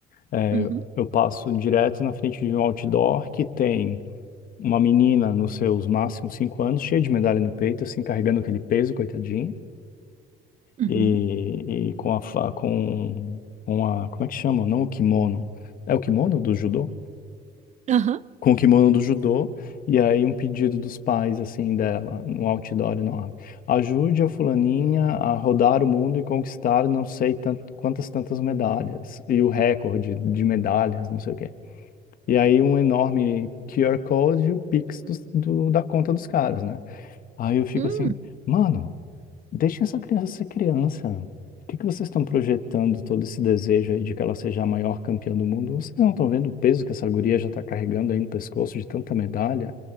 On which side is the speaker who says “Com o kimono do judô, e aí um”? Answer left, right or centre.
Left